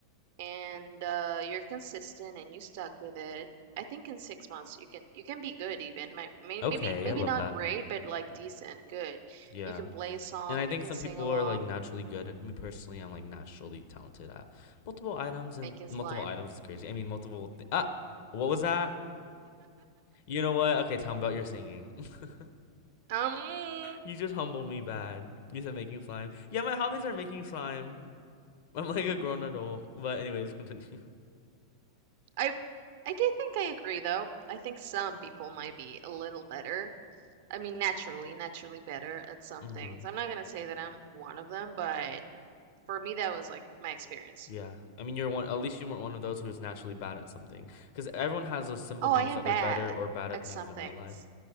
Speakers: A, on the right (about 60°); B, on the left (about 55°).
A: and uh, you're consistent and you stuck with it, I think in six months you can you can be good even.
B: <laughs>
A: Maybe
B: Okay,
A: maybe
B: I love
A: not
B: that.
A: great, but like decent, good.
B: Yeah.
A: You can play a song,
B: And I think
A: you can
B: some
A: sing
B: people
A: along,
B: are like naturally good, and me personally, I'm like naturally talented at multiple items, and
A: making slime.
B: multiple items is crazy. I mean, multiple. Th ah, what was that? You know what? Okay, tell me about your singing. <laughs>
A: Um,
B: You just humbled me bad. You said making slime. Yeah, my hobbies are making slime. I'm like a grown adult, but anyways, <laughs> continue.
A: I I do think I agree though. I think some people might be a little better. I mean, naturally, naturally better at some
B: hmm
A: things. I'm not gonna say that I'm one of them, but for me, that was like my experience.
B: Yeah, I mean, you're one. At least you weren't one of those who's naturally bad at something, because everyone has those simple
A: Oh,
B: things
A: I am
B: that
A: bad
B: they're better or bad
A: at
B: at things
A: some
B: in
A: things.
B: real life.